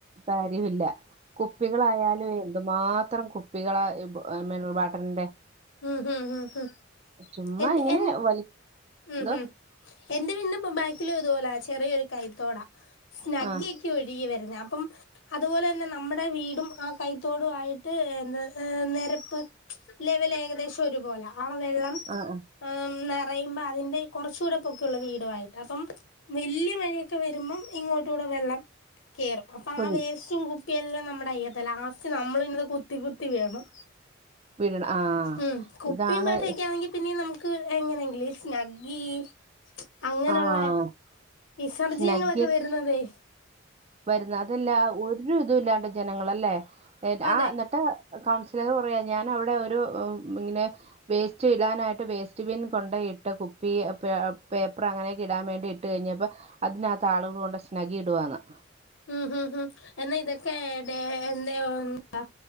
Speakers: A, on the right (about 30°); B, on the left (about 70°).
A: കാര്യമില്ല കുപ്പികളായാലുവെ.. അത്മാത്രം കുപ്പികളാ മിനറൽ വാട്ടറിന്റെ..
B: ഉ ഹ് ഹ
A: ചുമ്മാ
B: എന്ത്
A: ഇങ്ങനെ
B: എ
A: വലി
B: ഉ
A: എന്തോ
B: ഉ.. എന്റെ വിന്നും ബാക്കില ഇതുപോലാ ചെറിയൊരു കൈത്തോടാ സ്നഗ്ഗി
A: ആഹ്
B: ഒഴുകി വരുന്ന അപ്പം.. അതുപോലെ തന്നെ നമ്മുടെ വീടും ആ കൈത്തോടു ആയിട്ട് എന്താ യെ നിരപ്പ്.. ലെവൽ ഏകദേശം ഒരുപോലെ ആ വെള്ളം..
A: ആഹ് ആഹ്
B: ആ നിറയുമ്പോ അതിന്റെ കുറച്ചൂടെപ്പൊക്കെ ഉള്ള വീടുമായിട്ട് അപ്പം.. വല്യ മഴയൊക്കെ വരുമ്പം ഇങ്ങോട്ടൂടെ വെള്ളം.. കേറും അപ്പൊ
A: കുഴി
B: ആ വേസ്റ്റും കുപ്പിയെല്ലാം നമ്മുടെ അയ്യത്തെ ലാസ്റ്റ് നമ്മൾ ന്നത് കുത്തി കുത്തി വിടണം.
A: വീഴണ ആഹ്
B: ഉം കുപ്പിയും
A: ഇതാണ്
B: പാട്ടൊക്കൊണെങ്കി പിന്നെ നമുക്ക് എങ്ങനെയെങ്കില സ്നഗ്ഗി.. അങ്ങനെയുള്ള
A: ആഹ്
B: വിസർജനങ്ങളൊക്കെ
A: സ്നഗ്ഗി
B: വരുന്നതെ..
A: വരുന്ന അതല്ല ഒരു ഇത ഇല്ലാണ്ട് ജനങ്ങളല്ലേ
B: അതെ
A: ആ എന്നിട്ട്.. കൗൺസിലർ കുറയാ ഞാൻ അവിടെ ഒരു ഇങ്ങനെ.. വേസ്റ്റ് ഇടാനായിട്ട് വേസ്റ്റ് ബിൻ കൊണ്ട ഇട്ട് കുപ്പി പെ പേപ്പർ അങ്ങനെയൊക്കെ ഇടാൻ വേണ്ടി ഇട്ട്.. ഇട്ട കഴിഞ്ഞപ്പോ അതിനകത്ത് ആളുകൾ കൊണ്ട് സ്നഗി ഇടുവന്ന്..
B: ഉം ഉം ഉം എന്ന ഇതൊക്കെ ഡ എന്തോ എന്താ